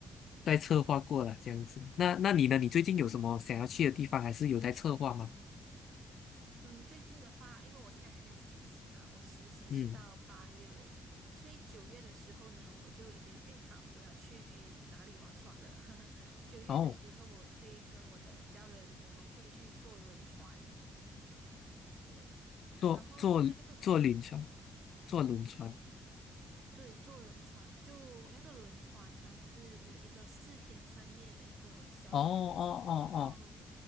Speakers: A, on the left; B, on the right.
A: 在策划过了这样子。那那你呢？你最近有什么想要去的地方，
B: 嗯
A: 还是有在策划吗？
B: 嗯最近的话，因为我现在还在实习嘛，我实习是到八月尾，
A: 嗯，
B: 所以九月的时候呢，我就已经定好我要去哪里玩耍了。<laughs> 九月的时候，
A: 哦，
B: 我会跟我的家人，我们会去坐轮船，对，
A: 坐坐坐轮船，
B: 然后那个轮。
A: 坐轮船。
B: 对，坐轮船，就那个轮船，它是一个四天三夜的一个小旅途。
A: 哦哦哦哦，
B: 然后，